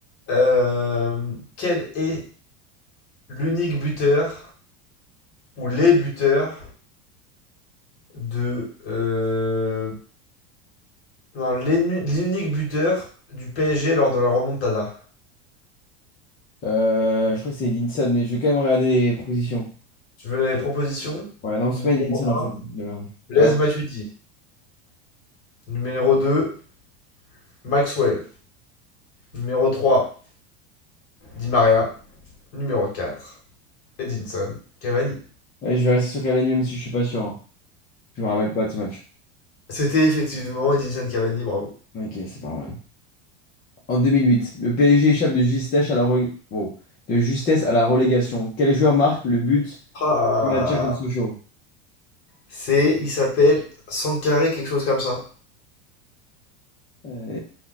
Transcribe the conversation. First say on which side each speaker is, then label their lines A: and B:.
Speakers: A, on the left; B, on the left.
A: Euh, quel est l'unique buteur ou les buteurs de euh, non, les nu- l'unique buteur du PSG lors de la remontada?
B: Euh, je crois que c'est Edinson, Sad, mais je vais quand même regarder les propositions.
A: Tu veux les propositions?
B: Ouais, non, c'est
A: Numéro
B: pas Edinson Sad
A: un
B: en fait. de merde.
A: Blaise
B: Ah,
A: Matuidi. Numéro deux Maxwell. Numéro trois Di Maria. Numéro quatre Edinson Cavani.
B: ouais, ouais, je vais rester sur Cavani même si je suis pas sûr. hein. Je me rappelle pas de ce match.
A: C'était effectivement Edinson Cavani, bravo.
B: Ok, c'est pas mal. En 2008, le PSG échappe de justesse à la re- wow. de justesse à la relégation. Quel joueur marque le but
A: Ah,
B: du match contre Sochaux?
A: C'est, il s'appelle Sankaré, quelque chose comme ça.
B: Euh,